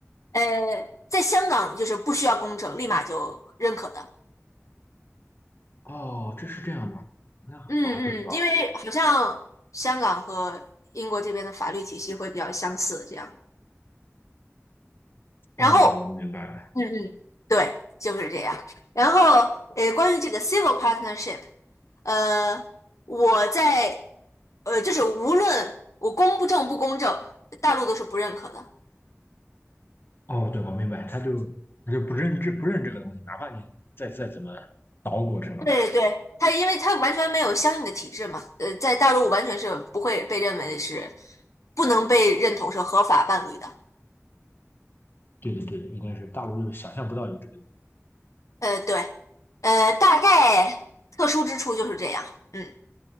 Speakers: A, on the left; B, on the left.
A: 呃，在香港就是不需要公证，立马就认可的。
B: 哦，这是这样吗？那我还不知道。
A: 嗯嗯，因为好像香港和英国这边的法律体系会比较相似，
B: 哎，
A: 这样。然后，
B: 哦，我明白了。
A: 嗯嗯，对，就是这样。然后，呃，关于这个 civil partnership，呃，我在呃，就是无论我公不正不公正，大陆都是不认可的。
B: 哦，对，我明白，他就他就不认这不认这个东西，哪怕你再再怎么捣鼓什么。
A: 对对，他因为他完全没有相应的体制嘛，呃，在大陆完全是不会被认为是不能被认同是合法伴侣的。
B: 对对对，应该是大陆就想象不到有这个东西。
A: 呃，对，呃，大概特殊之处就是这样。嗯，